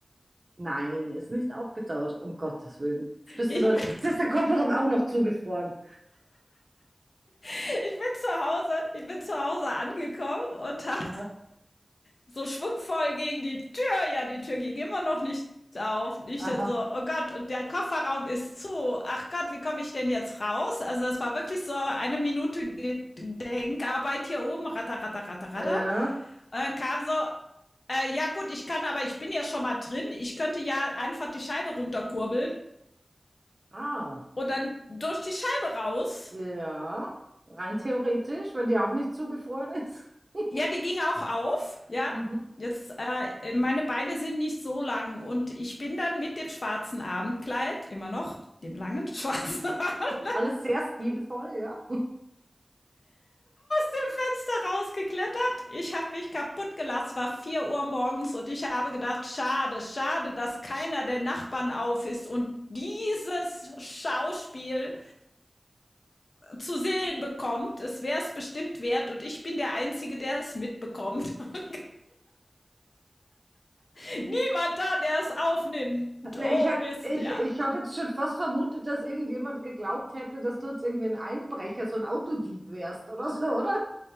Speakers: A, on the right; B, on the left.
A: Nein, ist nicht aufgetaut, um Gottes Willen. Jetzt bist
B: Ich,
A: du da.
B: bin-
A: Jetzt ist der Kofferraum auch noch zugefroren.
B: <laughs> ich bin zu Hause, ich bin zu Hause angekommen und habe
A: Aha,
B: so schwungvoll gegen die Tür. Ja, die Tür ging immer noch nicht auf. Nicht
A: aha.
B: dann so, oh Gott, und der Kofferraum ist zu. Ach Gott, wie komme ich denn jetzt raus? Also das war wirklich so eine Minute Denkarbeit hier oben. Ratter, ratter, ratter, ratter.
A: Ja.
B: Und dann kam so, äh, ja gut, ich kann, aber ich bin ja schon mal drin. Ich könnte ja einfach die Scheibe runterkurbeln
A: Ah,
B: und dann durch die Scheibe raus.
A: ja. Rein theoretisch, wenn die auch nicht zugefroren ist. <laughs>
B: Ja, die ging auch auf, ja.
A: Mhm.
B: Jetzt, äh, meine Beine sind nicht so lang und ich bin dann mit dem schwarzen Abendkleid, immer noch, dem langen schwarzen, <laughs> aus
A: Alles sehr stilvoll, ja.
B: dem Fenster rausgeklettert. Ich habe mich kaputt gelassen, es war 4 Uhr morgens und ich habe gedacht, schade, schade, dass keiner der Nachbarn auf ist und dieses Schauspiel zu sehen bekommt. Es wäre es bestimmt wert und ich bin der Einzige, der es mitbekommt. <laughs> Niemand
A: <laughs>
B: da, der es aufnimmt.
A: Na,
B: Oh
A: Ich, hätt-
B: Mist,
A: ich,
B: ja.
A: ich habe jetzt schon fast vermutet, dass irgendjemand geglaubt hätte, dass du jetzt irgendwie ein Einbrecher, so ein Autodieb wärst oder so, oder?